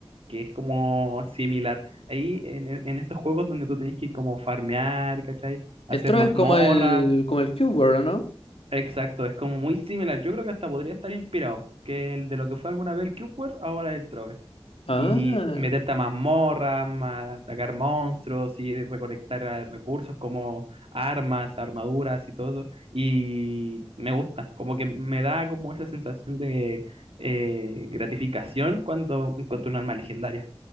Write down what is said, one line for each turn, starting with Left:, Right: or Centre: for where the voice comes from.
Right: que es como similar. Ahí en, en- en estos juegos donde tú tenés que como farmear, ¿cachai? Hacer
Left: El Trove
Right: mazmorra.
Left: es como el, como el Cube World, ¿o no?
Right: Exacto, es como muy similar. Yo creo que hasta podría estar inspirado, que el de lo que fue alguna vez el Cube World, ahora es el Trove
Left: Ah,
Right: y meterte a mazmorras, ma- atacar monstruos y recolectar eh, recursos como armas, armaduras y todo eso. Y me gusta, como que me da como esa sensación de eh, gratificación cuando encuentro un arma legendaria,